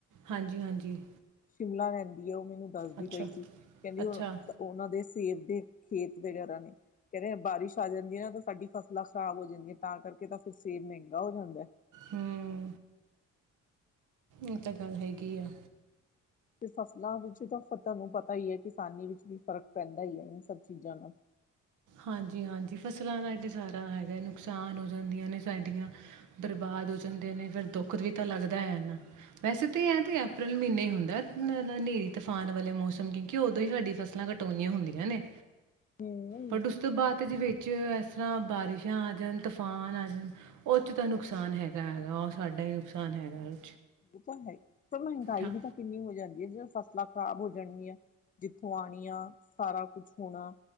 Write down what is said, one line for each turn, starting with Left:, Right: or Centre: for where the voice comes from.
Right: ਹਾਂਜੀ ਹਾਂਜੀ।
Left: ਸ਼ਿਮਲਾ ਲੈਂਦੀ ਉਹ ਦੱਸਦੀ
Right: ਅੱਛਾ
Left: ਪਈ ਸੀ ਕਹਿੰਦੀ
Right: ਅੱਛਾ
Left: ਉਹ ਉਹਨਾਂ ਦੇ ਸੇਬ ਦੇ ਖੇਤ ਵਗੈਰਾ ਨੇ ਕਹਿੰਦੇ ਬਾਰਿਸ਼ ਆ ਜਾਂਦੀ ਹੈ ਨਾ ਤਾਂ ਸਾਡੀ ਫਸਲਾਂ ਖ਼ਰਾਬ ਹੋ ਜਾਂਦੀਆਂ ਤਾਂ ਕਰਕੇ ਤਾਂ ਫਿਰ ਸੇਬ ਮਹਿੰਗਾ ਹੋ ਜਾਂਦਾ
Right: ਹਮ ਇਹ ਤਾਂ ਗੱਲ ਹੈਗੀ ਆ
Left: ਤੇ ਫਸਲਾਂ ਵਿੱਚ ਤਾਂ ਤੁਹਾਨੂੰ ਪਤਾ ਹੀ ਹੈ ਕਿਸਾਨੀ ਵਿੱਚ ਵੀ ਫ਼ਰਕ ਪੈਂਦਾ ਹੀ ਹੈ ਇਹ ਸਭ ਚੀਜ਼ਾਂ ਨਾਲ
Right: ਹਾਂਜੀ ਹਾਂਜੀ ਫਸਲਾਂ ਦਾ ਇਹ ਤੇ ਸਾਰਾ ਹੈਗਾ ਨੁਕਸਾਨ ਹੋ ਜਾਂਦੀਆਂ ਨੇ ਸਾਡੀਆਂ ਬਰਬਾਦ ਹੋ ਜਾਂਦੀਆਂ ਨੇ ਫਿਰ ਦੁੱਖ ਵੀ ਤਾਂ ਲੱਗਦਾ ਹੈ ਨਾ ਵੈਸੇ ਤਾਂ ਇਹ ਤੇ ਅਪ੍ਰੈਲ ਮਹੀਨੇ ਹੀ ਹੁੰਦਾ ਹਨੇਰੀ ਤੂਫਾਨ ਵਾਲੇ ਮੌਸਮ ਕਿਉਂਕਿ ਉਦੋਂ ਹੀ ਸਾਡੀੀਆਂ ਫਸਲਾਂ ਕਟੋਉਣੀਆਂ ਹੁੰਦੀਆਂ ਨੇ
Left: ਹੂੰ।
Right: ਬਟ ਉਸ ਤੋਂ ਬਾਅਦ ਤੇ ਜ ਵਿੱਚ ਇਸ ਤਰ੍ਹਾਂ ਬਾਰਿਸ਼ਾਂ ਆ ਜਾਣ ਤੂਫਾਨ ਆ ਜਾਣ ਉਹ ਚ ਤਾਂ ਨੁਕਸਾਨ ਹੈਗਾ ਹੈਗਾ ਉਹ ਸਾਡਾ ਹੀ ਨੁਕਸਾਨ ਹੈਗਾ ਉਹ
Left: ਉਹ ਤਾਂ ਹੈ ਪਰ ਮਹਿੰਗਾਈ
Right: ਹਾਂ
Left: ਵੀ ਤਾਂ ਕਿੰਨੀ ਹੋ ਜਾਂਦੀ ਹੈ ਜ ਫਸਲ ਖ਼ਰਾਬ ਹੋ ਜਾਣਗੀਆਂ ਜਿੱਥੋਂ ਆਉਣੀ ਆ ਸਾਰਾ ਕੁਛ ਹੋਣਾ